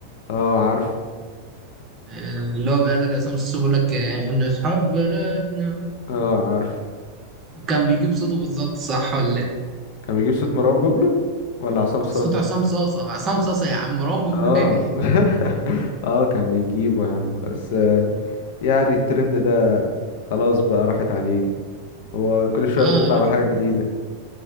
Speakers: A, on the left; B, on the right.
A: اه عارف
B: آه، اللي هو بيقول لك عصام السوسو بيقول لك آه، احنا اصحاب بلدنا
A: اه عارف
B: كان بيجيب صوته بالظبط صح ولا لا
A: كان بيجيب صوت مروان بابلو ولا عصام صاصا
B: صوت عصام صاصة عصام صاصة يا عم مروان بابلو
A: اه
B: ايه <laughs>
A: <laughs> اه كان بيجيبه يا عم بس آه، يعني الترند ده خلاص بقى راحت عليه هو كل شوية
B: اه
A: بيطلع
B: راح
A: بحاجة جديدة